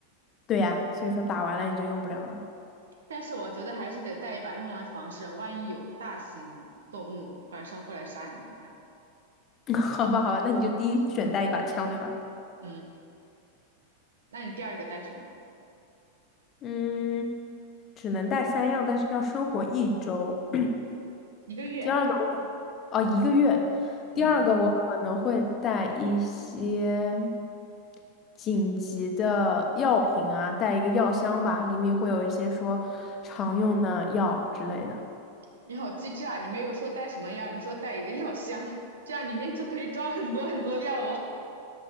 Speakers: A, on the left; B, on the right.
A: 对呀，所以说打完了你就用不了了。
B: 但是我觉得还是得带一把用来防身，万一有大型动物晚上过来杀你怎么办？
A: <laughs> 好吧，好吧，那你就第一选带一把枪，对吧？
B: 嗯，那你第二个带什么？
A: 嗯，只能带三样，但是要生活一周。
B: 一个月，
A: <clears throat> 第二个我可，哦，一个月。
B: 嗯。
A: 第二个我可能会带一些紧急的药品啊，带一个药箱吧，里面会有一些说常用的药之类的。
B: 你好机智啊！你没有说带什么药，你说带一个药箱，这样里面就可以装很多很多药了。